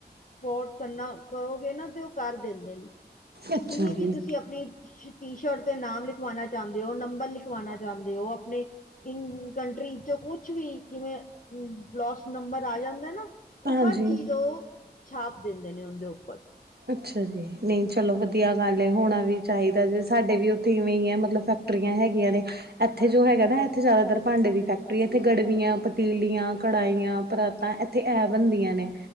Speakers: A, on the left; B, on the right.
A: ਫੋਰਸ ਕਰਨਾ, ਕਹੋਗੇ ਨਾ ਤੇ ਓ ਕਰ ਦਿੰਦੇ ਨੇ।
B: ਅੱਛਾ
A: ਜਿਵੇ
B: ਜੀ
A: ਵੀ ਤੁਸੀ ਅਪਣੀ ਟੀ ਸ਼ਰਟ ਤੇ ਨਾਮ ਲਿਖਵਾਨਾ ਚਾਂਦੇ ਓ, ਨੰਬਰ ਲਿਖਵਾਨਾ ਚਾਂਦੇ ਓ, ਆਪਨੇ ਇ ਕੰਟਰੀ ਚੋਂ ਕੁਛ ਵੀ ਜਿਵੇਂ ਲੋਸ ਨੰਬਰ ਆ ਜਾਂਦਾ ਨਾ ਉਹ
B: ਹਾਂਜੀ
A: ਹਰ ਚੀਜ਼ ਉਹ ਛਾਪ ਦਿੰਦੇ ਨੇ ਉਹਦੇ ਉਪਰ
B: ਅਛਾ ਜੀ ਨਹੀ ਚਲੋ ਵਧੀਆ ਵਾਲੇ ਹੋਣਾ ਵੀ ਚਾਹੀਦਾ ਜੇ ਸਾਡੇ ਵੀ ਉਥੇ ਇਵੇਂ ਹੀ ਹੈ। ਮਤਲਬ ਫੈਕਟਰੀਆਂ ਹੈਗੀਆਂ ਨੇ ਇਥੇ ਜੋ ਹੈਗਾ ਨਾ ਇਥੇ ਜ਼ਿਆਦਾਤਰ ਭਾਂਡੇ ਦੀ ਫੈਕਟਰੀ ਇਥੇ ਗੜਵੀਆਂ ਪਤੀਲੀਆਂ ਕੜਾਈਆਂ ਪਰਾਤਾ ਤਾਂ ਇਥੇ ਐ ਬਣਦੀਆਂ ਨੇ